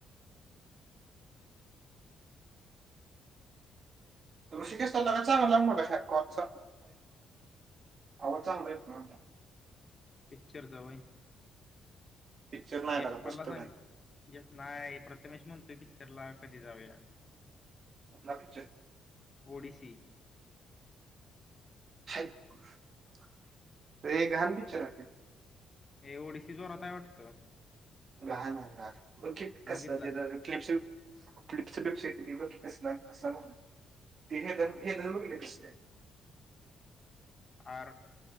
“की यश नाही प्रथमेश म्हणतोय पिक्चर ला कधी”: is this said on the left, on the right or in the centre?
Left